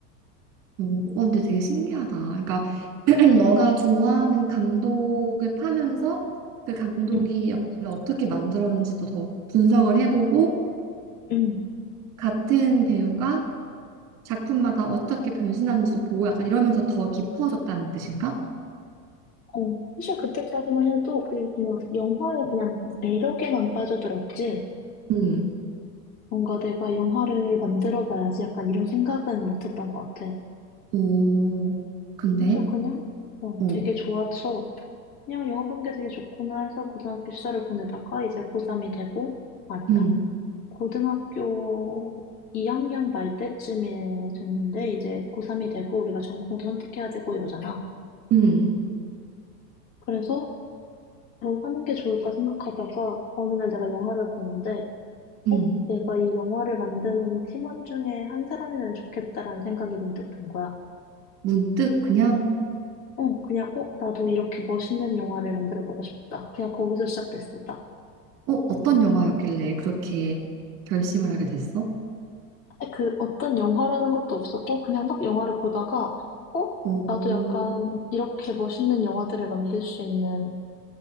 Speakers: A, on the right; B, on the left.
A: 오. 어, 근데 되게 신기하다. 그러니까 <clears throat> 너가 좋아하는 감독을 파면서 그 감독이
B: 응,
A: 영화를 어떻게 만들었는지도 더 분석을 해보고
B: 응.
A: 같은 배우가 작품마다 어떻게 변신하는지도 보고 약간 이러면서 더 깊어졌다는 뜻인가?
B: 어, 사실 그때까지만 해도 그 그냥 영화의 그냥 매력에만 빠져들었지.
A: 음,
B: 뭔가 내가 영화를 만들어 봐야지 약간 이런 생각은 못 했던 것 같아.
A: 오, 근데,
B: 그래서 그냥, 어,
A: 어,
B: 되게 좋아서 그냥 영화 보는 게 되게 좋구나 해서 고등학교 시절을 보내다가 이제 고3이 되고, 아니다.
A: 음,
B: 고등학교 2학년 말 때쯤에 됐는데 이제 고3이 되고 우리가 전공도 선택해야 되고 이러잖아.
A: 음.
B: 그래서 뭘 하는 게 좋을까 생각하다가 어느 날 내가 영화를 보는데
A: 음,
B: 내가 이 영화를 만드는 팀원 중에 한 사람이면 좋겠다라는 생각이 문득 든 거야.
A: 문득 그냥
B: 어, 그냥 어, 나도 이렇게 멋있는 영화를 만들어 보고 싶다. 그냥 거기서 시작됐어, 딱.
A: 어, 어떤 영화였길래 그렇게 결심을 하게 됐어?
B: 그 어떤 영화라는 것도 없었고 그냥 막 영화를 보다가 어,
A: 오,
B: 나도 약간 이렇게 멋있는 영화들을 만들 수 있는